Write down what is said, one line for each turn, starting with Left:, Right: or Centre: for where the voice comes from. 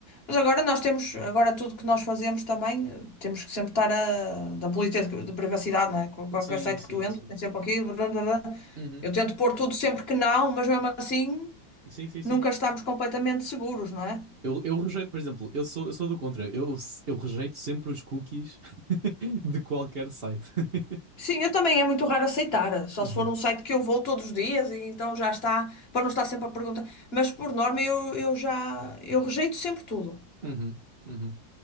Left: Mas agora nós temos, agora tudo que nós fazemos também, eh, temos que sempre estar a, da política de de privacidade, não é? Qual- Qualquer
Right: Sim,
Left: site
Right: sim,
Left: que tu entres,
Right: sim.
Left: tem sempre aqui blá, blá, blá.
Right: Uhum.
Left: Eu tento pôr tudo sempre que não, mas mesmo assim
Right: Sim, sim, sim.
Left: nunca estamos completamente seguros, não é?
Right: Eu, eu rejeito, por exemplo, eu sou, eu sou do contra. Eu, eu rejeito sempre os cookies <laughs> de qualquer site. <laughs>
Left: Sim, eu também é muito raro aceitar, só
Right: Uhum,
Left: se for um site que eu vou todos os dias e então já está, para não estar sempre a perguntar. Mas por norma eu, eu já, eu rejeito sempre tudo,
Right: uhum, uhum.